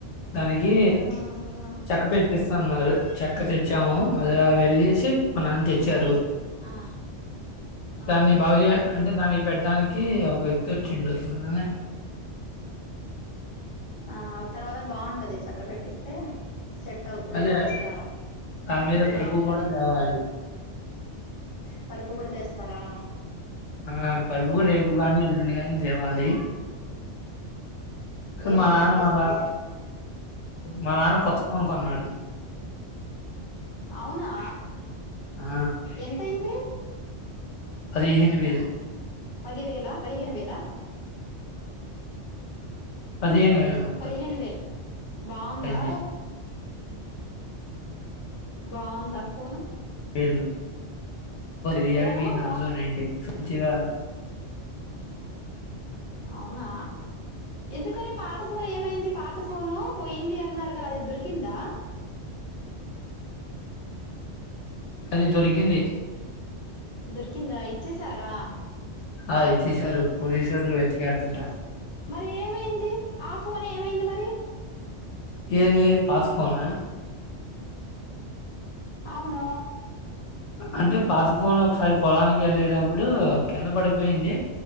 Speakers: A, on the left; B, on the left.
A: దానికి
B: ఆ అవునా
A: చెక్క పెట్టేస్త న్నారు చెక్క తెచ్చాము మధుర వెళ్ళసి మా నాన్న తెచ్చారు
B: ఆ అవునా
A: దాన్ని బాగు చే అంటే దాని పెట్టడానికి ఒక వ్యక్తి వచ్చిండు అగానే
B: ఆ తర్వాత బాగుంటది చక్క పెట్టిస్త తే అయితే సెట్ అవుతుంది
A: అదే
B: మంచిగా
A: దాని
B: కుదురుగా
A: మీద పరుపు
B: ఉంటుంది
A: గూడా తేవాలి.
B: పరుపు కూడా తీస్తారా
A: ఆ పరుపు రెపుగాని ఎలుండి గా దేవాలి
B: వేసి
A: మా నాన్న
B: పెట్టేస్తే
A: మళ్ళా మా నాన్న కొత్త ఫోన్ కొన్నాడు.
B: అవునా
A: ఆ!
B: ఎంతయింది
A: పదిహేను వేలు
B: పదివేలా పదిహేను వేలా
A: పదిహేను వేలు ఆ!
B: పదిహేను వేలు బాగుందా
A: అయింది.
B: బాంద ఫోన్
A: ఏళ రియల్మ
B: ఫోను
A: నా
B: బా
A: నై సజగా
B: అవునా ఎందుకని పాత ఫోన్ ఏమైంది పాత ఫోను పోయింది అన్నారుగా అది దొరికిందా
A: అది దొరికింది
B: దొరికిందా ఇచ్చేశారా
A: ఆయి చ్చసారు పోలీసు వాళ్ళలు వెతికారంట
B: మరి ఏమైంది ఆ ఫోన్ ఏమైంది మరి
A: ఏది పాతుకోనా
B: అవును
A: అంటే పాత ఫోన్ ఒకసారి పొలానికి వెళ్ళేటప్పుడు కింద పడిపోయింది